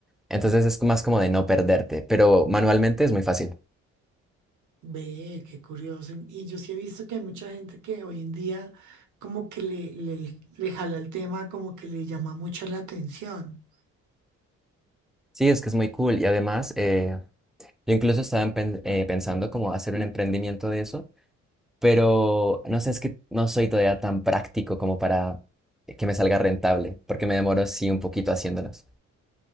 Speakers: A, in the centre; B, on the right.
A: Entonces es más como de no perderte, pero manualmente es muy fácil.
B: Ve, qué curioso. Y yo sí he visto que hay mucha gente que hoy en día como que le, le, le jala el tema, como que le llama mucho la atención.
A: Sí, es que es muy cool y además eh, yo incluso estaba empen- eh, pensando como hacer un emprendimiento de eso pero no sé, es que no soy todavía tan práctico como para que me salga rentable, porque me demoro sí un poquito haciéndolos.